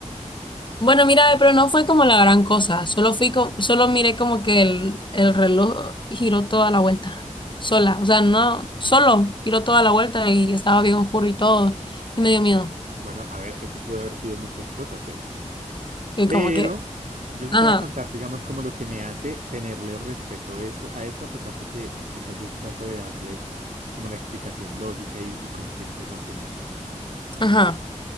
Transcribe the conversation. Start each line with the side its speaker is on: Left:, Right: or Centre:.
Left: Bueno, mira, pero no fue como la gran cosa, solo fui co- solo miré como que el, el reloj giró toda la vuelta, sola, o sea, no, solo giró toda la vuelta y estaba bien oscuro y todo, y me dio miedo.
Right: Bueno, a ver, eso puede haber sido muchas cosas, ¿eh?
Left: Y
Right: Pero
Left: como que
Right: yo sí
Left: Ajá,
Right: te voy a contar, digamos, como lo que me hace tenerle respeto eso, a eso, a pesar de que muchas veces trato de darle como la explicación lógica y, y consciente y racional.
Left: ajá.